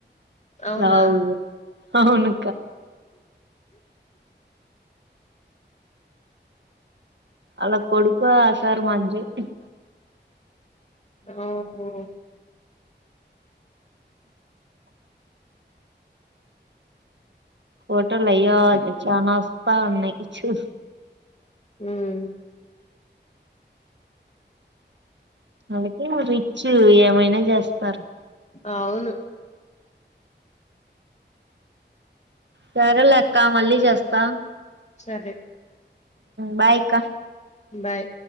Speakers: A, on the left; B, on the right.
A: అవునా
B: లావు అవును అలా కొడుకు ఆసారుమాజ <unintelligible>
A: ఓహో
B: ఫటలయ చ న వస్తా ఉన్నాయి <unintelligible>
A: ఉం
B: అళ్లాకిమో రిచ్ ఏమైనా చేస్తారు
A: అవును
B: సరేలే అక్క మళ్ళీ చేస్తా
A: సరే
B: బాయ్ ఇకా
A: బాయ్